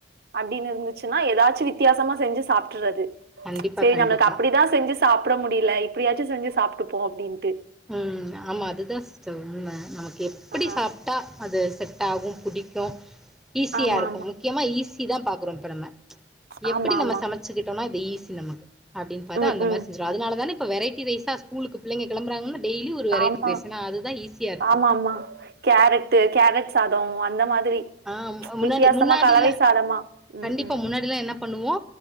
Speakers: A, on the right; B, in the centre.
A: அப்டின்னு இர்ந்துச்சுனா எதாச்சு வித்தியாசமா செஞ்சு சாப்ட்டுறது
B: கண்டிப்பா
A: சேரி
B: கண்டிப்பா
A: நம்ளுக்கு அப்புடிதா செஞ்சுஸ் சாப்ட முடில இப்டியாச்சு செஞ்சு சாப்ட்டுப்போ அப்டின்ட்டு
B: ம் ஆமா அதுதா சிஸ்டர் உண்ம நமக்கு எப்புடி
A: ஆ
B: சாப் ட்டா அது செட்டாகு புடிக்கு ஈஸியா
A: ஆமா
B: இருக்கு முக்கியமா ஈஸிதா பாக்குறோ இப்ப நம்ம
A: ஆமா
B: எப்புடி
A: ஆமா ஆமா
B: நம்ம சமச்சுக்கிட்டோனா இது ஈஸி நமக்கு அப்டின் பாத்து
A: ம்
B: அந்த
A: ம்
B: மாரி செஞ்சுருவோ அதுனாலதான இப்ப வெரைட்டி ரைஸா ஸ்கூலுக்கு பிள்ளைங்க கெளம்புறாங்கன்னு டெய்லி ஒரு வெரைட்டி
A: ஆமா
B: ரைஸுனா அதுதா ஈஸியா இருக்கு
A: ஆமா ஆமா கேரட்டு கேரட் சாதோ அந்த மாதிரி
B: ஆ முன்னாடி
A: வித்தியாசமா
B: முன்னாடில
A: கலவை சாதமா ம்
B: கண்டிப்பா
A: ம்
B: முன்னாடிலா என்ன பண்ணுவோ